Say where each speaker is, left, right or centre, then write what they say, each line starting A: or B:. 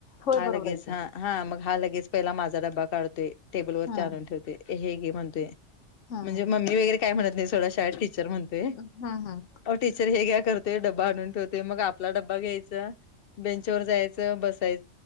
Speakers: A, on the left; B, on the left.
A: होय
B: हा
A: बरोबर
B: लगेच
A: आहे की
B: हा हा मग हा लगेच पहिला माझा ड्बा काढतोय टेबल वरती
A: हम्म
B: आणून ठेवतेो. हे गे म्हणतय
A: हम्म
B: म्हणजे मम्मी वगरे काय म्हणत नाही सथोडा शाळेत ट तर म्हणतय
A: हम्म हम्म
B: टीचर हे घ्या करतोय डब्बा आणून ठेवतोय मग आपला डबा घ्यायचं बेंचवर जायचं बस <unintelligible>